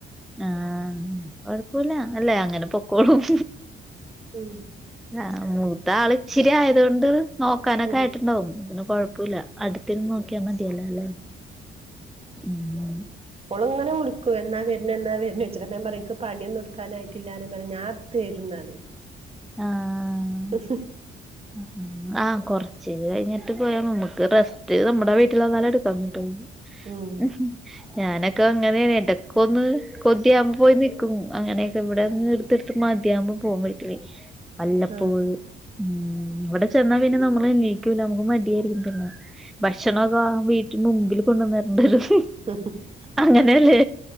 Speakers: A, in the centre; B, on the right (about 30°).
A: ആഹ് കൊഴപ്പുല്ല അല്ലേ അങ്ങനെ പൊക്കോളും
B: ഉം
A: ആഹ് മൂത്ത ആൾ ഇച്ചിരി ആയത കൊണ്ട് നോക്കാനൊക്കെ
B: ഉം
A: ആയിട്ടുണ്ടാവും കൊഴപ്പ പ്പല അടുത്തിന്ന് നോക്കിയാ മതിയല്ലൊ അല്ലെ ഉം
B: ഓള് ഇങ്ങനെ വിളിക്കു എന്നാ വര് പിന്നെന്നാ വരുന്നെച്ചട്ട ഞൻ പറിം എനിക്ക് പണിയന്നുംടുക്കാനായിട്ടില്ലാ പറഞ്ഞ ഞാൻ ഇടുത്ത തരുന്നറിം
A: ആഹ്
B: ഹുഹുമ്
A: <inaudible> ആഹ് കൊറച്ച് കഴിഞ്ഞിട്ട് പോയാ നമുക്ക് റെസ്റ്റ് നമ്മുടെ വീട്ടിൽ വന്നാലേ എടുക്കാൻ പറ്റുള്ളൂ
B: ഉം
A: ഉഹും ഞാനൊക്കെ അങ്ങനെയാണ് ഇടക്ക ഒന്ന് കൊതിയാമ്പോ പോയി നിക്കും അങ്ങനെയൊക്കെ ഇവിടെന്ന് ഇട്ത്തട്ത്ത് മതിയാകുമ്പോ പോകു വീട്ടില്
B: <inaudible>
A: വല്ലപ്പോഴും
B: ആഹ്
A: ഉം അവിടെ ചെന്നാ പിന്നെ നമ്മള്ണീക്കൂല നമുക്ക് മടിയായിരിക്കുല്ലൊ ഭക്ഷണോക്കെ വീട്ടു മുമ്പിൽ കൊണ്ടുവവന്നരണ്ടരും
B: <inaudible>
A: അങ്ങനെയല്ലേ